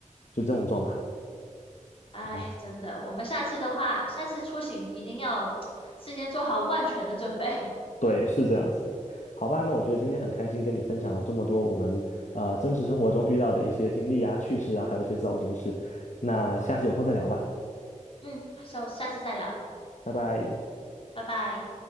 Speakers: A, on the left (about 65°); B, on the left (about 45°).
A: 就这种状态。
B: 哎，
A: 哎，
B: 真的，我们下次的话，下次出行一定要 <tsk> 事先做好万全的准备。
A: 对，是这样子的。好吧，那我觉得今天很开心跟你分享了这么多我们呃真实生活中遇到的一些经历啊、趣事啊，还有一些糟心事。那下次有空再聊吧，
B: <laughs> 嗯，下下次再聊，
A: 拜拜。
B: 拜拜。